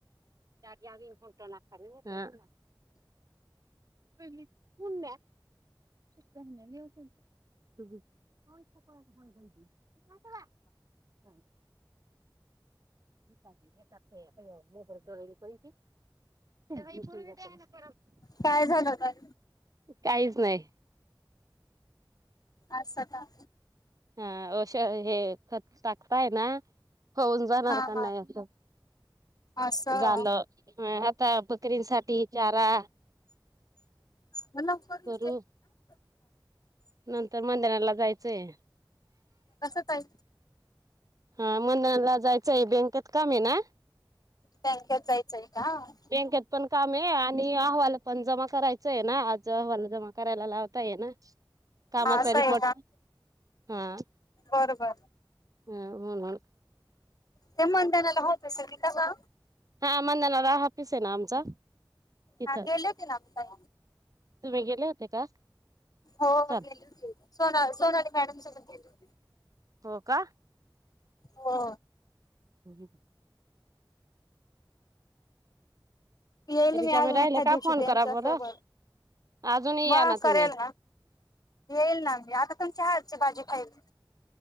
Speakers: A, on the right (about 45°); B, on the left (about 50°).
A: हम् कूण्या <unintelligible> <unintelligible> मो दोली को क <unintelligible>
B: काय झालं तर
A: काहीच नाही
B: अस का
A: अ होश हे खत टाकताय ना होऊन जाणार
B: हा
A: का
B: हा
A: नाही अस.
B: असं
A: झालं आता बकरींसाठी चारा
B: म <unintelligible>
A: करू नंतर मंदिराला जायचंय.
B: कसं ताई
A: हा मग नंतर ला जायचं आहे. बँकेत काम आहे ना.
B: बँकेत जायचंय का हा
A: बँकेत पण काम आहे आणि अहवाल पण जमा करायच. आहे ना आज अहवाल जमा करायला लावता ये ना कामाचा
B: असं
A: रिपोर्ट
B: आहे
A: ह
B: बरोबर
A: हम हम म्हणून
B: ते मदानाला ऑफीस सारख होतस का.
A: हा मंदला रा हापिस आहे ना आमचा तिथं
B: हा गेलेे होते ना ताई
A: तुम्ही गेले होते का
B: हो
A: चल
B: गेली होती. सोन सोनाली मॅडम संग गेली होती.
A: हो का
B: हो
A: <unintelligible>
B: येईल
A: रिकामी
B: मी अजून
A: राहिले
B: एखा
A: का
B: दिवशी
A: फोन
B: त्यांच्या
A: करा बरं
B: सोबत.
A: अजूनही
B: मग
A: या ना
B: करेल
A: तुम्ही
B: येईल ना मी आता तुमची हज भाजी खायची.